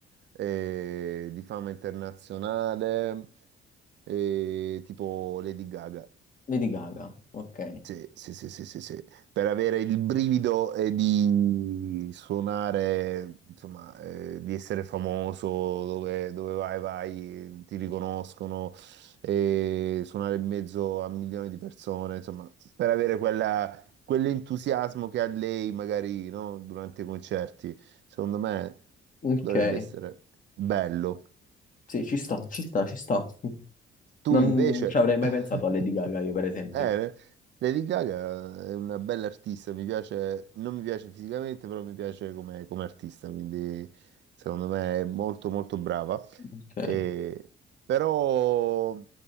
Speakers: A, on the right; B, on the left.
A: eh, di fama internazionale, eh, tipo Lady Gaga.
B: Lady Gaga, ok,
A: Sì, sì, sì, sì, sì, sì. Per avere il brivido eh, di suonare, insomma, eh, di essere famoso, dove, dove vai, vai, ti riconoscono, e suonare in mezzo a milioni di persone, insomma, per avere quella- quell'entusiasmo che ha lei magari, no, durante i concerti, secondo me
B: ok,
A: dovrebbe essere bello.
B: sì, ci sta, ci sta, ci sta.
A: Tu
B: Non
A: invece...
B: ci avrei mai
A: <laughs>
B: pensato a Lady Gaga io, per esempio.
A: Eh, Lady Gaga è una bella artista, mi piace, non mi piace fisicamente, però mi piace come, come artista, quindi secondo me è molto molto brava.
B: Ok.
A: Eh, però